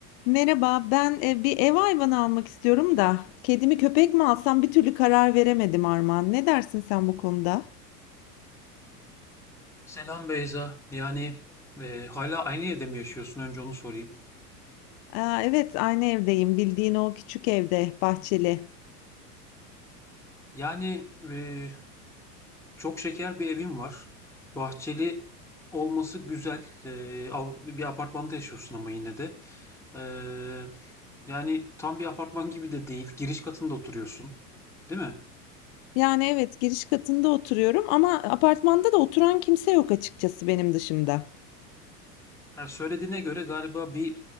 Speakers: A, on the left; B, in the centre.
A: Merhaba, ben e, bir ev hayvanı almak istiyorum da kedimi köpek mi alsam bir türlü karar veremedim Armağan. Ne dersin sen bu konuda?
B: Selam Beyza. Yani e, hala aynı evde mi yaşıyorsun? Önce onu sorayım.
A: Aa, evet, aynı evdeyim. Bildiğin o küçük evde, bahçeli.
B: Yani e, çok şeker bir evim var. Bahçeli olması güzel. E, av- bir apartmanda yaşıyorsun ama yine de. E, yani tam bir apartman gibi de değil. Giriş katında oturuyorsun, değil mi?
A: Yani evet, giriş katında oturuyorum ama apartmanda da oturan kimse yok açıkçası benim dışımda.
B: Ya söylediğine göre galiba bir